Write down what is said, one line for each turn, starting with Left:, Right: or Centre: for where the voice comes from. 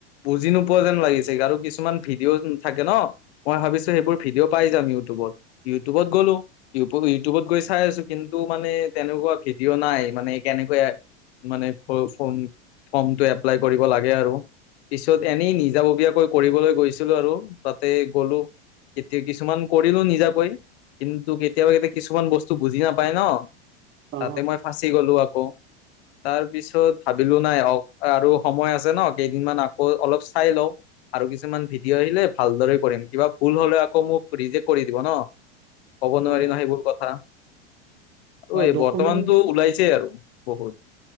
Left: বুজি নোপোৱা যেন লাগিছে। আৰু কিছুমান ভিডিঅ থাকে ন মই ভাবিছো সেইবোৰ ভিডিঅ' পাই যাম ইউটিউবত ইউটিউবত গ'লো ইউটিউবত গৈ চাই আছো কিন্তু মানে তেনেকুৱা ভিডিঅ' নাই মানে কেনেকৈ মানে ফ ফৰ্মটো এপ্লাই কৰিব লাগে আৰু। পিছত এনেই নিজাববীয়াকৈ কৰিবলৈ গৈছিলো আৰু তাতে গ'লো এতিয়া কিছুমান কৰিলো নিজাকৈ। কিন্তু কেতিয়াবা কেতিয়া কিছুমান বস্তু বুজি নাপায় ন
Right: অ
Left: তাতে মই ফাঁচি গলো আক। তাৰ পিছত ভাবিলো নাই অওক আৰু সময় আছে ন কেইদিনমান আকৌ অলপ চাই লওঁ। আৰু কিছুমান ভিডিঅ' আহিলে ভালদৰে কৰিম কিবা ভুল হলে আকৌ মোক ৰিজেক্ট কৰি দিব ন। ক'ব নোৱাৰি
Right: অ অ
Left: নহয় সেইবোৰ কথা।
Right: অ
Left: আৰু
Right: ডকুমেন্ট
Left: বৰ্তমানটো ওলাইছেই আৰু বহুত।